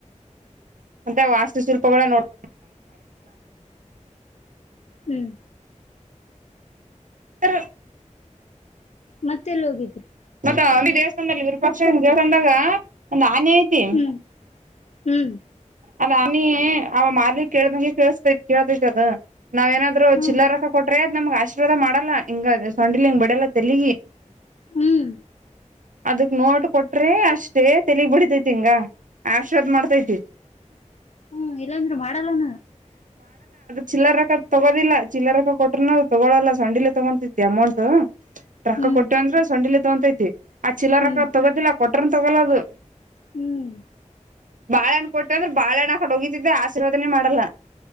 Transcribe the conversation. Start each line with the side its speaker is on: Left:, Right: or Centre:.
Right: ಮತ್ತೆ ವಾಸ್ತು ಶಿಲ್ಪಗಳೇ ನೋಡ್
Left: ಹ್ಮ್
Right: ಹ
Left: ಮತ್ತೆಲ್ಲಿ ಹೋಗಿದ್ರರು
Right: ಮತ್ತ ದೇವಸ್ಥಾನದಲ್ಲಿ ವಿರಪಕ್ಷ ದೇವಸ್ಥಾನದಾಗ ಅನತಿ
Left: ಹ್ಮ್ ಹ್ಮ್
Right: ಅದಾನ ಅವ ಮಾರ್ಲಿಕ್ ಕೇಳ್ದಂಗೆ ಕೇಸ್ತೈತ್ ಕೇಳ್ತೈತಿ ಅದ ನಾವ್ ಏನಾದ್ರು
Left: ಹ್ಮ್
Right: ಚಿಲ್ಲ ರೊಕ್ಕ ಕೊಟ್ರೆ ಅದ್ ನಮ್ಗ್ ಆಶೀರ್ವಾದ ಮಾಡಲ್ಲಾ ಹಿಂಗ ಅ ಸೊಂಡಿಲ್ ಹಿಂಗ್ ಬಿಡಲ್ಲೆಲಿಗಿ
Left: ಹ್ಮ್
Right: ಅದಕ್ ನೋಟ್ ಕೊಟ್ರೆ ಅಷ್ಟೇ ತಲಿಗ್ ಬಿಡ್ತೈತಿಂಗ ಆಶರ್ವಾದ್ ಮಾಡ್ತೈತಿ
Left: ಹ್ಮ ಇಲ್ಲಾಂದ್ರರು ಮಾಡಲ್ಲಾನ
Right: ಚಿಲ್ಲರ ರಕ್ಕ ತಗೋದಿಲ್ಲ ಚಿಲ್ಲರ ರೊ ಕೊಟ್ರರುನ ತಗೊಳಲ್ಲ ಸಂಡಿಲೇ ತಗೊತೈತಿ ಅಮೌಂಟ್ ರೊಕ್ಕ
Left: ಹ್ಮ್
Right: ಕೊಟ್ಟೇ ಅಂದ್ರೆ ಸೊಂಡಿಲಿ ತಗೊಂತೈತಿ ಆ ಚೀಲ
Left: ಹ್ಮ್
Right: ರೊಕ್ಕ ತೊಗೋದಿಲ್ಲ ಕೊಟ್ರನ್ ತಗೊಲ್ಲ ಅದು
Left: ಹ್ಮ್
Right: ಬಾಳಹಣ್ಣ ಕೊಟ್ಟ ಅಂದ್ರೆ ಬಾಳಹಣ್ಣ ಆ ಕಡೆ ಹೋಗಿತಿದ್ದೆ ಆಶೀರ್ವಾದನೇ ಮಾಡಲ್ಲಾ